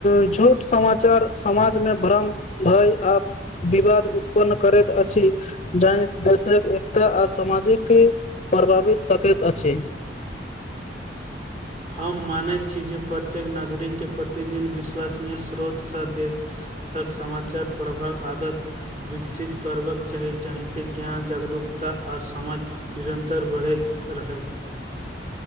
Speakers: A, on the left (about 40°); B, on the right (about 40°).
A: झूठ समाचार समाजमे भ्रम भय आ। विवाद उत्पन्न करैत अछि। जाहि देशक एकता आ सामाजिक प्रभावित सकैत अछि।
B: हम मानैत छी जे प्रत्येक नागरिकके प्रतिदिन विश्वसनीय स्रोतसँ देश। सख समाचार प्रभाक आदत विकसित करबाक चाही जाहिसँ ज्ञान जागरूक तऽ आ समाज निरन्तर बढ़ैत रहय।